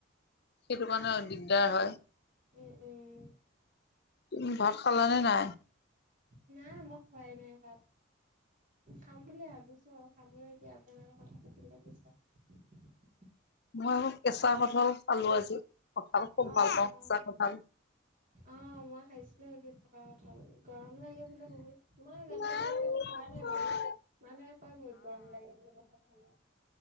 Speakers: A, on the left; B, on the right.
A: সেইটো
B: উম
A: কাৰণে দিগদাৰ হয়।
B: উম উম।
A: তুমি ভাত খালানে
B: ফেনত
A: নাই?
B: নাই মই খোৱাই নাই ভাত। খাম বুলি ভাবিছো আৰু আমি এতিয়া আপোনালোকে কথা পাতি বিছাৰো
A: মই আকৌ কেঁচা কঠাল খালো আজি কঠাল খুব
B: অঁ
A: ভাল পাওঁ
B: অঁ
A: কেঁচা
B: অঁ মই খাইছিলো আজি পকা কঠাল গৰম লাগে বোলে বহুত ম মই জানো
A: কঠাল
B: এতিয়া মই এইটো পোৱা নাই বাৰু মানে কয় বহুত গৰম লাগে যে কথা ভালে